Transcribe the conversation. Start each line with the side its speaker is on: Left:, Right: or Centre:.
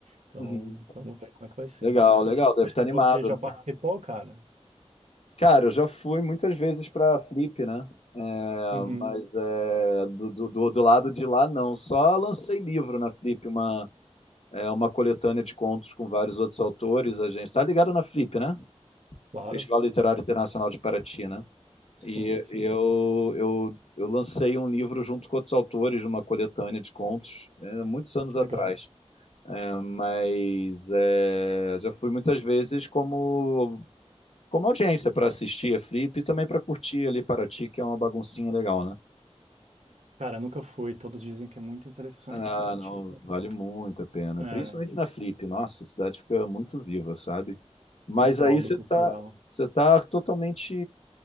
Right: Então,
Left: Uhum.
Right: vamos ver como é que vai ser,
Left: Legal,
Right: interessante.
Left: legal.
Right: Você-
Left: Deve estar
Right: E
Left: animado,
Right: você já
Left: né?
Right: participou, cara?
Left: Cara, eu já fui muitas vezes para a Flip, né? É,
Right: Uhum,
Left: Mas é, do, do, do- do lado de lá, não. Só lancei livro na Flip, uma, é, uma coletânea de contos com vários outros autores. A gente tá ligado na Flip, né?
Right: claro,
Left: Festival Literário Internacional de Paraty, né?
Right: sim,
Left: E
Right: sim.
Left: eu, eu, eu lancei um livro junto com outros autores, de uma coletânea de contos, é, muitos anos
Right: Que
Left: atrás.
Right: legal.
Left: É, mas é, já fui muitas vezes como, como audiência para assistir a Flip e também para curtir ali Paraty, que é uma baguncinha legal, né?
Right: Cara, nunca fui. Todos dizem que é muito interessante
Left: Ah,
Right: para ti,
Left: não,
Right: cara.
Left: vale muito a pena.
Right: É,
Left: Principalmente na Flip, nossa, a cidade fica muito viva, sabe? Mas
Right: um caldo
Left: aí você
Right: cultural.
Left: tá, você tá totalmente